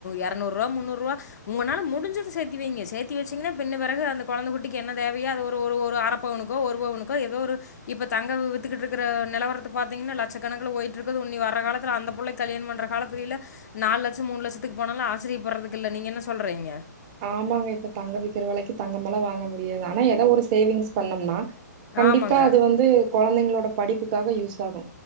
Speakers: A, on the left (about 65°); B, on the right (about 30°).
A: எறநூறுவா முன்னூறுவா உங்கனால முடிஞ்சத சேத்தி வைங்க சேத்தி வச்சீங்கனா பின்ன பெறகு அந்த கொழந்த குட்டிக்கு என்ன தேவையோ அது ஒரு ஒரு ஒரு அர பவுனுக்கோ ஒரு பவுனுக்கோ எதோ ஒரு இப்ப தங்க வித்துக்கிட்ருக்கிற நெலவரத்த பாத்தீங்கனா லட்சக்கணக்குல போயிட்ருக்குது இனி வர காலத்துல அந்த புள்ளைக்கு கல்யாண பண்ற காலத்திலிலா நாலு லட்ச மூணு லட்சத்துக்கு போனாலா ஆச்சிரியப்பட்றதுக்கு இல்ல நீங்க என்ன சொல்றீங்க
B: ஆமாங்க இப்ப தங்க விக்கிற வெலைக்கு தங்கமெல்லா வாங்க முடியாது ஆனா எதோ ஒரு சேவிங்ஸ் பண்ணம்னா கண்டிப்பா
A: ஆமாங்க
B: அது வந்து கொழந்தைங்க ங்களோட படிப்புக்காக யூஸ் ஆகு